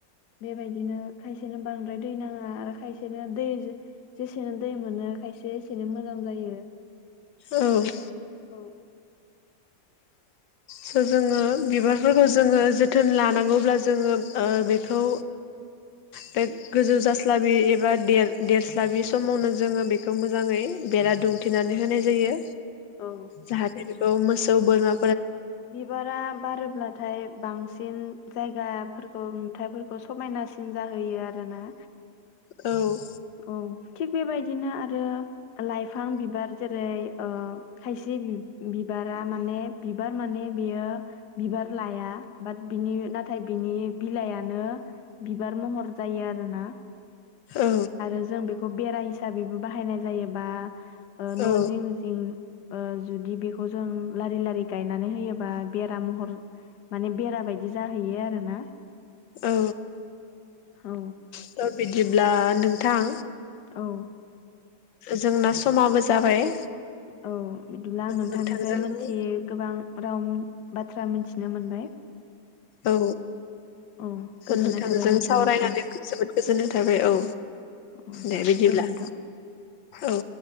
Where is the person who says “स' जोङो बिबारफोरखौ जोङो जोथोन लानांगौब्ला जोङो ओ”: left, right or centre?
Left